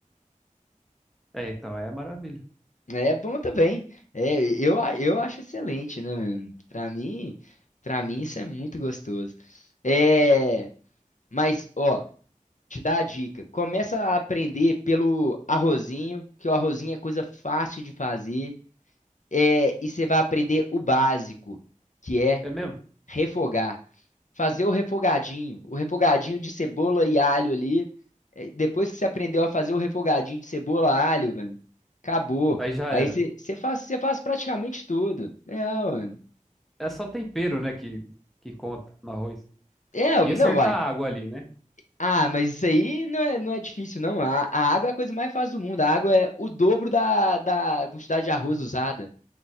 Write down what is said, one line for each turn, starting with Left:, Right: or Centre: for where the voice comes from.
Centre: É, então, aí é maravilha.
Left: É bom também. É, eu, a- eu acho excelente, né? mano? Pra mim, pra mim isso é muito gostoso. É, mas, ó, te dá a dica. Começa a aprender pelo arrozinho, que o arrozinho é coisa fácil de fazer. É, e você vai aprender o básico, que é
Centre: É mesmo?
Left: refogar. Fazer o refogadinho, o refogadinho de cebola e alho ali. É, Depois que você aprendeu a fazer o refogadinho de cebola, e alho, velho, acabou.
Centre: Aí já
Left: Aí
Centre: era.
Left: você você faz, você faz praticamente tudo. É, ué.
Centre: É só tempero, né, que, que conta no arroz.
Left: é,
Centre: E
Left: não
Centre: acertar
Left: vai.
Centre: a água ali, né?
Left: Ah, mas isso aí não é, não é difícil, não. A, a água é a coisa mais fácil do mundo. A água é o dobro da, da quantidade de arroz usada.